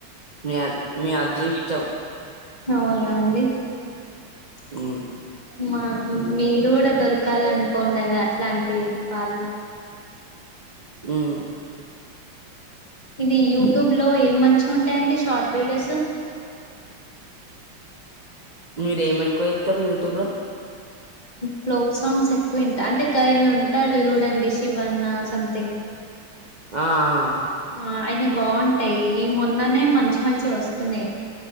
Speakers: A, on the right (about 30°); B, on the left (about 25°).
A: మీ మీ అ అదృష్టం
B: అవునా అండి
A: హ్మ్
B: మా మీరు గూడా దొరకాల అనుకోండదా అట్లాంటి పాళ్ళు
A: హ్మ్
B: ఇది యూట్యూబ్ లో ఏం మంచి ఉంటాయండి షార్ట్ వీడియోసు
A: మీరు ఏం ఎక్కువ ఎక్కువ ఇత్తరు యూట్యూబ్ లో
B: ప్లోక్ సాంగ్స్ ఎక్కువ ఇంట అంటే కాయని ఉంటాడు చూడండి శివన్నా సంథింగ్
A: ఆ ఆ
B: ఆ అయిన్ బాంటాయి ఈ మొన్ ననే మంచి మంచి వస్తున్నాయ్